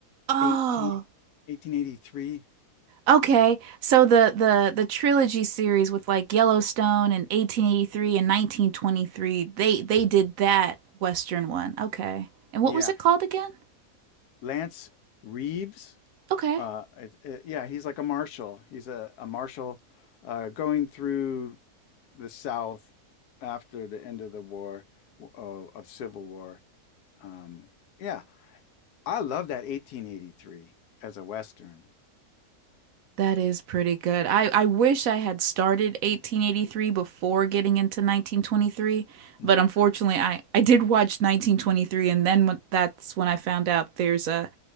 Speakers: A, on the right; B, on the left.
A: Oh,
B: 18, 1883.
A: okay. So the the the trilogy series with like Yellowstone and 1883 and 1923, they they did that Western one. Okay. And what
B: Yeah.
A: was it called again?
B: Lance Reeves.
A: Okay.
B: Uh, it, it- yeah, he's like a marshal. He's a, a marshal uh, going through the South after the end of the war, uh, of Civil War. Um, yeah, I love that 1883 as a Western.
A: That is pretty good. I, I wish I had started 1883 before getting into 1923,
B: Hmm.
A: but unfortunately, I, I did watch 1923, and then when, that's when I found out there's a,